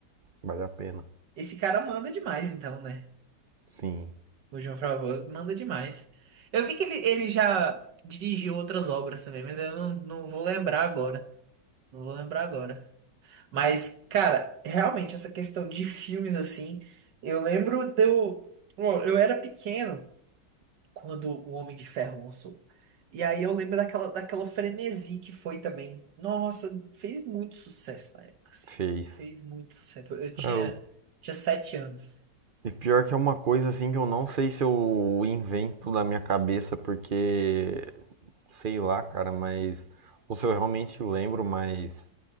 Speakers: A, on the right; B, on the right.
A: Vale a pena.
B: Esse cara manda demais, então, né?
A: Sim,
B: O John Favreau manda demais. Eu vi que ele, ele já dirigiu outras obras também, mas eu não, não vou lembrar agora. Não vou lembrar agora. Mas, cara, realmente, essa questão de filmes assim. Eu lembro de eu. Bom, eu era pequeno quando o Homem de Ferro lançou. E aí eu lembro daquela, daquela frenesi que foi também. Nossa, fez muito sucesso na época, assim.
A: fez.
B: Fez muito sucesso. Eu tinha,
A: Cara, o-
B: tinha sete anos.
A: e pior que é uma coisa assim que eu não sei se eu invento da minha cabeça, porque sei lá, cara, mas. Ou se eu realmente lembro, mas